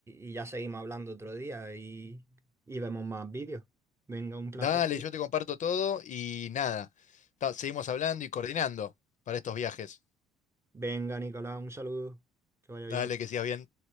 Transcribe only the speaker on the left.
Dale, yo te comparto todo y nada. ta- Seguimos hablando y coordinando para estos viajes.
Dale, que sigas bien.